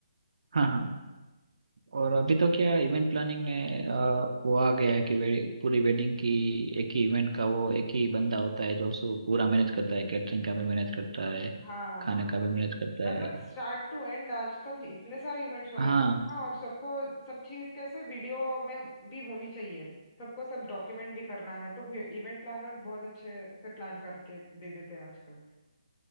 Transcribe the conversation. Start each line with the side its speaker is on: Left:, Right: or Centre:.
Right: हाँ हाँ और अभी तो क्या इवेंट प्लानिंग में आ, वो आ गया है कि वे, पूरी वेडिंग की एक ही इवेंट का वो एक ही बंदा होता है जो सो पूरा मैनेज करता है कैटरिंग का भी मैनेज करता है
Left: हाँ
Right: खाने
Left: हाँ
Right: का भी मैनेज करता
Left: मतलब
Right: है
Left: स्टार्ट टू एंड आजकल इतने सारे इवेंट्स होने
Right: हाँ
Left: लगे हैं ना और सबको सब चीज कैसे वीडियो में भी होनी चाहिए सबको सब डॉक्यूमेंट भी करना है तो इवेंट प्लानर्स बहुत अच्छे से प्लान करके दे देते हैं आजकल